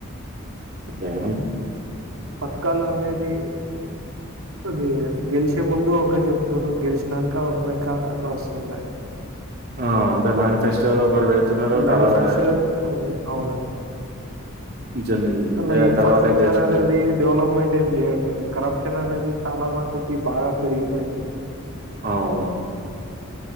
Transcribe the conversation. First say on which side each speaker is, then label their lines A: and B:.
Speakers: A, on the right; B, on the right.
A: ఏమా
B: పథకాలు అనేది అది గెలిచే ముందు ఒక చెప్తారు గెలిచినాక ఒక లెక్క మారుస్తున్నారు
A: ఆహ్ అంటే మనిఫెస్టో వచ్చారు ఒకరు వెళ్తున్నారు
B: మ్యానుఫ్యాక్చర్
A: తర్వాత
B: అవునండి
A: జన్ అంటే
B: అలా ఇన్ఫ్రాస్ట్రక్చర్
A: తర్వాత గెలిచిన
B: అనేది
A: తర్వాత
B: డెవలప్మెంట్స్ ఏం చేయ ఇట్లే కరప్షన్ అనేది చాలా మటుకి బాగా పెరిగిపోయింది.
A: అవును